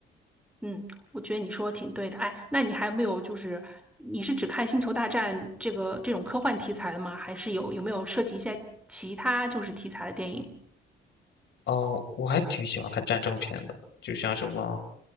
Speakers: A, in the centre; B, on the left.
A: 嗯，我觉得你说的挺对的。哎，那你还有没有就是你是只看《星球大战》这个这种科幻题材的吗？还是有有没有涉及一些其他就是题材的电影？
B: 哦、我还挺喜欢看战争片的，就像什么